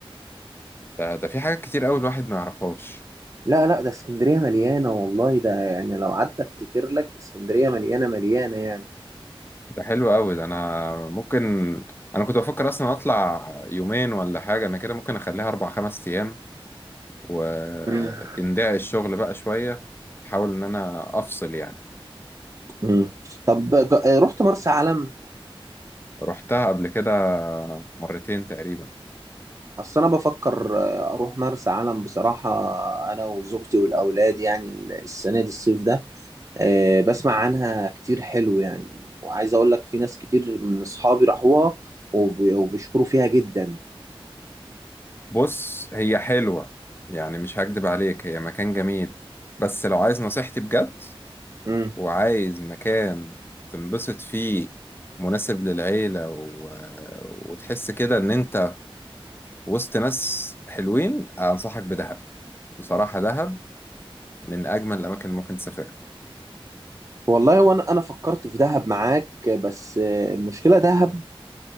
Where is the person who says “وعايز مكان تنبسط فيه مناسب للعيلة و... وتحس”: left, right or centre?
Left